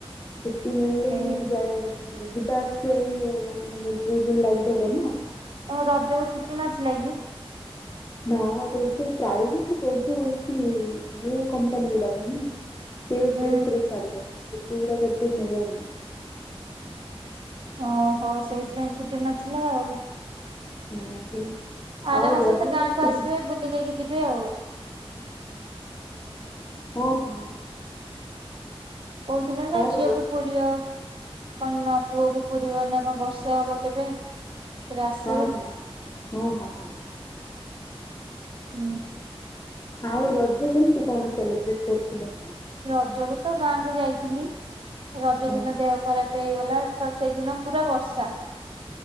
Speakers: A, on the left; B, on the right.
A: ଛୁଟି ମିଳିଲେ
B: ସେ
A: ହିଁ ଯାଇ ଯିବା <unintelligible> ମାନେ ଦୁଇ ଦିନ ଲାଗିପାରେ ନା।
B: ରଜକୁ ଛୁଟି ନଥିଲା କି?
A: ନା ରଜ ପ୍ରାଇଭେଟ ରେ କରୁଚୁ ଆଉ ଏଇଠି ଇଏ କମ୍ପାନୀ ଗୁଡାକ ନା। <unintelligible>
B: ହୁଁ
A: ଚାଲେ ଛୁଟି ଗୁଡ଼ାକ ଏତେ ମିଳେନି।
B: ଓ ହଉ ସେଇଥିପାଇଁ ଛୁଟି ନଥିଲା ଆଉ।
A: <unintelligible>
B: ଆର
A: ଆଉ
B: ମାସ
A: ରଜ
B: ରେ ତ ଗାଁକୁ
A: କେମିତି
B: ଆସିବେ ବୁଲି ଦେଇକି ଯିବେ ଆଉ।
A: ହଁ ହଁ।
B: କଉଥିଲେ ନା
A: ଆଉ
B: ଝିଅକୁୁ
A: ର
B: ପୁରିବ କଣ ନା ପୁଅ କୁ ପୁରିବ ନା କଣ ବର୍ଷେ ହବ କେବେ? ତେବେ ଆସିବେ।
A: ହଁ ହଁ ହଁ ହଁ ହଁ।
B: ହୁଁ।
A: ଆଉ ରଜ କେମତି କଣ ସେଲିବ୍ରେଟ କରୁଥିଲେ?
B: ରଜକୁ ତ ଗାଁ କୁ ଯାଇଥିଲି। ରଜ
A: ହଁ
B: ଦିନ ଦେହ ଖରାପ ହେଇଗଲା ତ ସେଇଦିନ ପୁରା ବର୍ଷା।